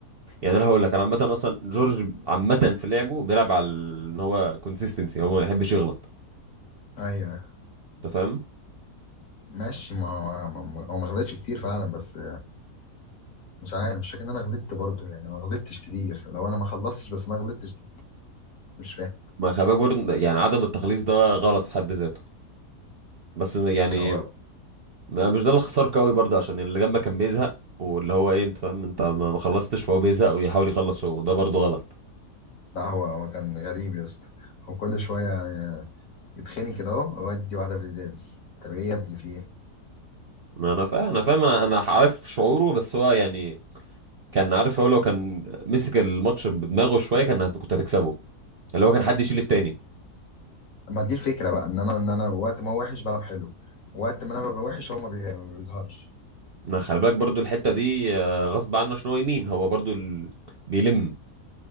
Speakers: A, on the right; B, on the left.
A: يعني انا هقول لك انا عامه اصلا جورج عامه في لعبه بيلعب على ال- ان هو كونسيستنسي هو ما يحبش يغلط
B: ايوه
A: انت فاهم
B: ماشي ما هو ما ما- هو ما خدتش كتير فعلا بس مش عارف مش فاكر ان انا غلطت برضو يعني ما غلطتش كتير لو انا ما خلصتش بس ما غلطتش كتير مش فاهم
A: ما خباك برضه يعني عدم التخليص ده غلط في حد ذاته بس يعني
B: هو
A: ما- مش ده اللي خسرك قوي برضه عشان اللي جنبك كان بيزهق واللي هو ايه انت فاهم انت ما ما خلصتش فهو بيزهق ويحاول يخلص هو ده برضه غلط
B: لا هو هو كان غريب يا اسطى هو كل شويه يتخني كده اهو ويدي واحده في الازاز طب ايه يا ابني في ايه
A: ما انا فاهم انا فاهم انا انا عارف شعوره بس هو يعني كان عارف هو لو كان مسك الماتش بدماغه شويه كان هت- كنت هتكسبه اللي هو كان حد يشيل التاني
B: ما دي الفكره بقى ان انا ان انا وقت ما هو وحش بلعب حلو وقت ما انا ببقى وحش هو ما بيه- ما بيظهرش
A: ما خلي بالك برضو الحته دي آه، غصب عنه عشان هو يمين هو برضو ال... بيلم